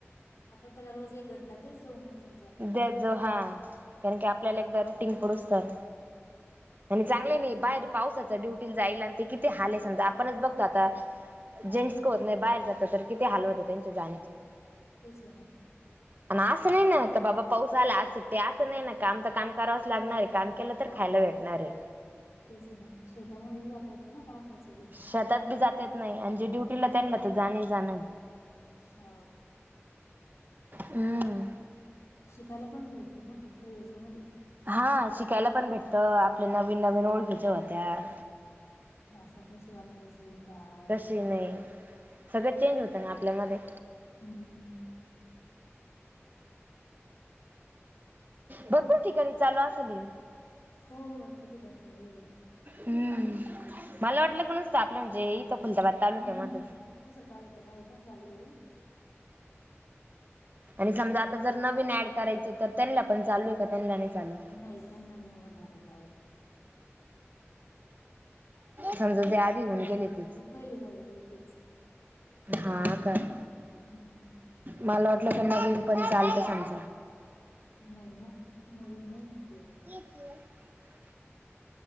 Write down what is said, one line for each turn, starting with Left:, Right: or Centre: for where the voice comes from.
Left: आपण त्याला रोज एक घंटा तेच जाऊ मग समजा.
Right: देत जावू हा कारण की आपल्याला एकदा रुटीन पढूस्तवर. आणि चांगलंय नई बाहेर पावसाचं ड्युटीला जाई लागतय किती हालय समजा आपणच बघतो आता
Left: हो
Right: जेंट्स का होत नाही बाहेर जात तर किती हाल होतय त्यांच्या जाण्याची.
Left: तेच आहे ना
Right: पण अस नाही ना का बाबा पाऊस आला आज सुट्टी असं नाही ना काम तर काम करावंच लागणारे काम केलं तर
Left: हाव
Right: खायला भेटणारय.
Left: तेच ना शेतामध्ये बी जाता येते ना पावसाचं
Right: शेतात बी जाता येत नाही आणिजे ड्युटीला त्यांना तर जाणच जाण.
Left: हो.
Right: हम्म.
Left: शिकायला पण भेटते ना खूप काही याच्यामध्ये.
Right: हा शिकायला पण भेटतं आपल्या नवीन नवीन ओळखीच्या होत्यात.
Left: भाषा कशी वापरायची काय?
Right: नई सगळं चेंज होत ना आपल्यामध्ये.
Left: हम्म.
Right: भरपूर ठिकाणी चालू असल हे.
Left: हो भरपूर ठिकाणी चालूय.
Right: हम्म मला वाटलं काी नुसत आपलं म्हणजे इथं खुलताबाद तालुक्यामध्ये
Left: नाही नाही दुसऱ्या तालुक्यामध्ये पण चालूय.
Right: आणि समजा आता जर नवीन ऍड करायचे तर त्यांना पण चालूय का त्यांना नाही चालू?
Left: नाही त्यांना नाही होणार आता
Right: समजा जे आधी होऊन गेलीत
Left: जे पहिले झालेले आहे तेच
Right: हा काय
Left: हम्म
Right: मला वाटलं त्यांना घेऊन पण चालत सगळ्यांन
Left: नाही ना नवीन नाही म्हटले.
Right: <inaudible>